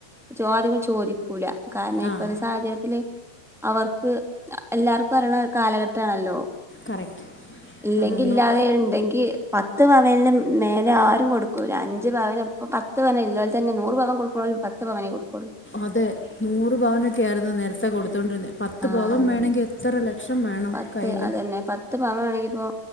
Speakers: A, in the centre; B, on the left (about 20°).
A: <unintelligible> ചോദി ക്കൂല കാരണം ഇപ്പത്തെ
B: ആഹ്
A: സാഹചര്യത്തില് അവർക്ക് എല്ലാർക്ക് അറിയണ കാലഘട്ടാണല്ലോ
B: കറക്റ്റ്
A: ഇല്ലെങ്കി
B: അതൊന്നു
A: ഇല്ലാതെ ഇണ്ടെങ്കി പത്ത് പവൻല് മേലെ ആരും കൊടുക്കൂല. അഞ്ച് പവന് പത്ത് പവൻ ഇല്ലോൽ തന്നെ നൂറ് പവൻ കൊട്ക്ക്ണോല് പത്ത് പവനേ കൊട്ക്കുള്ളൂ
B: അതെ നൂറ് പവനൊക്കെ ആര്ന്നു നേരത്തെ കൊടുത്തോണ്ടിര്ന്നെ. പത്ത്
A: ആഹ്
B: പവൻ
A: അതെ
B: വേണങ്കി എ ത്ര ലക്ഷം വേണം
A: പത്ത്
B: കയ്ല്
A: അതന്നെ പത്ത് പവൻ വേണെങ്കിപ്പൊ